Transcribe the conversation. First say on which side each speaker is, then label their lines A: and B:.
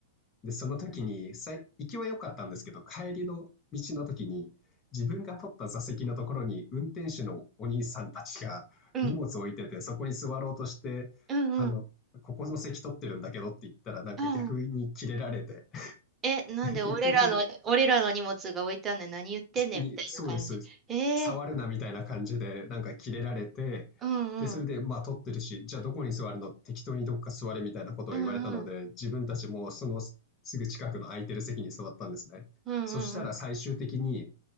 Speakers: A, on the left; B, on the right.
A: で、その時に、さい行きは良かったんですけど、帰りの道の時に、自分が取った座席のところに、運転手のお兄さんたちが荷物を置いてて、
B: うん。
A: そこに座ろうとして、
B: うんうん。
A: あの、ここの席取ってるんだけどって言ったら、なんか逆にキレられて、
B: うん。
A: <laughs>
B: え、なんで俺らの、
A: で結局、
B: 俺らの荷物が置いてあんねん。何言ってんねんみたいな感じ。
A: に、そうです、そうです。
B: ええ
A: 触るなみたいな感じで、なんかキレられて、
B: ーうんうん。
A: で、それで、まあ、取ってるし、じゃあどこに座るの適当にどっか座れみたいなことを言われたので、
B: うんうん。
A: 自分たちもそのすぐ近くの空いてる席に座ったんですね。
B: うんうんうん。
A: そしたら最終的に、